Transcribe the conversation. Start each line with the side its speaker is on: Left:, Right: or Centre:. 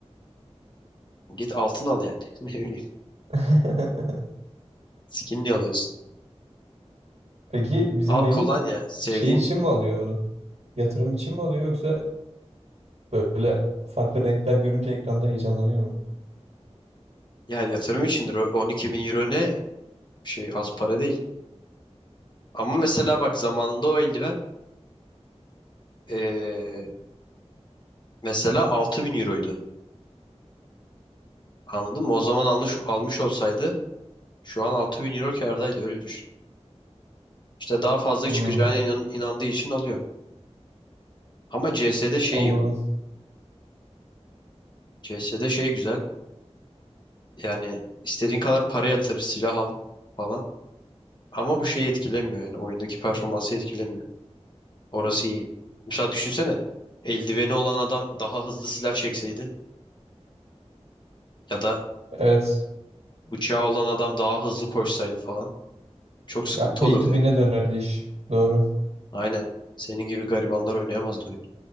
Left: git altın al yani. <laughs> Ne bileyim,
Right: <laughs>
Left: skinli alıyorsun.
Right: Peki bizim
Left: Al
Right: Melih
Left: kolonya, sevdiğin.
Right: şey için mi alıyor bunu? Yatırım için mi alıyor yoksa böyle farklı renkler görünce ekranda heyecanlanıyor mu?
Left: Ya yatırım içindir o 12 bin euro ne? Şey az para değil. Ama mesela bak zamanında o eldiven eee, mesela altı bin euroydu. Anladın mı? O zaman almış, almış olsaydı şu an altı bin euro kârdaydı öyle düşün. İşte daha fazla
Right: Hmm,
Left: çıkacağına inan- inandığı için alıyor. Ama CS'de şey
Right: anladım.
Left: iyi bak. CS'de şey güzel. Yani istediğin kadar para yatır, silah al falan. Ama bu şeyi etkilemiyor yani oyundaki performansı etkilemiyor. Orası iyi. Mesela düşünsene eldiveni olan adam daha hızlı silah çekseydi ya da
Right: Evet.
Left: bıçağı olan adam daha hızlı koşsaydı falan çok sıkıntı
Right: Ya pay
Left: olurdu
Right: to
Left: yani.
Right: win'e dönerdi iş. Doğru.
Left: Aynen. Senin gibi garibanlar oynayamazdı oyunu.